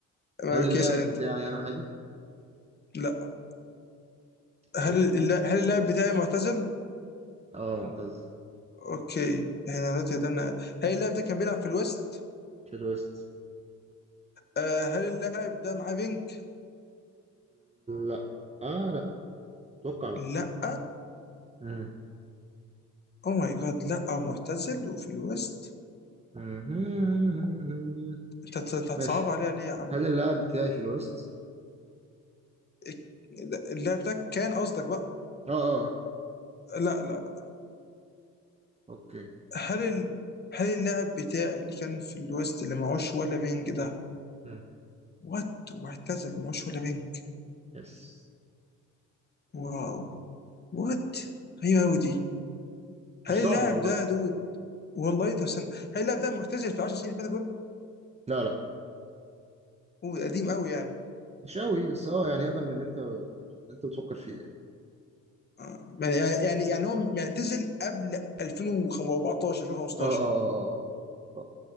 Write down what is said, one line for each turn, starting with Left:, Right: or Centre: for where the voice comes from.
Left: اوكي
Right: هل اللاعب
Left: اسال انت
Right: بتاعي انا حالي؟
Left: لا هل
Right: يو
Left: اللا- هل اللاعب بتاعي معتزل؟
Right: اه معتزل
Left: اوكي احنا دلوقتي قدرنا هل اللاعب ده كان بيلعب في الويست؟
Right: في الويست
Left: آه هل اللاعب ده معاه بينج؟
Right: لا اه لا اتوقع لا
Left: لا
Right: مم.
Left: او ماي جاد لا معتزل وفي الويست
Right: مم.
Left: انت هت- انت هتصعب
Right: ماشي
Left: عليها ليه يا عم؟
Right: هل اللاعب بتاعي في الويست؟
Left: إك- ده- اللاعب ده كان قصدك بقى
Right: اه اه
Left: لا لا لا
Right: اوكي
Left: هل ال... هل اللاعب بتاعي اللي كان في الويست اللي معهوش ولا بينج ده
Right: مم.
Left: وات واعتزل ومعهوش ولا بينج
Right: يس
Left: واو وات غريبة أوي دي
Right: مش
Left: هل
Right: صعبة
Left: اللاعب
Right: والله
Left: ده يا دود والله طب استنى هل اللاعب ده معتزل في 10 سنين اللي فاتوا دول؟
Right: لا لا
Left: هو قديم قوي يعني
Right: مش قوي بس اه يعني اقدم من اللي انت من اللي انت بتفكر فيه يعني.
Left: آه، يعني يعني هو معتزل قبل 2014 2015
Right: اه اه اه اه آه.